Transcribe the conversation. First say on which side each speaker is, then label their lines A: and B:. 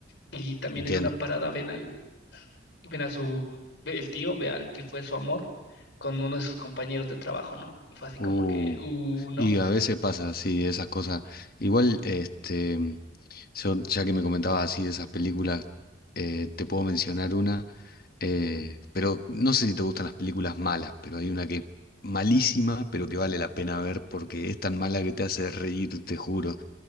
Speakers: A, on the left; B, on the left.
A: Y también
B: Entiendo.
A: en una parada ven al, ven a su, ve- el tío ve al que fue su amor con uno de sus compañeros de trabajo, ¿no? Y fue así
B: Uh,
A: como que, uh, no.
B: y a veces pasa, sí, esas cosas. Igual, este, yo, ya que me comentabas así de esas películas, eh, te puedo mencionar una, eh, pero no sé si te gustan las películas malas, pero hay una que es malísima, pero que vale la pena ver porque es tan mala que te hace reír, te juro.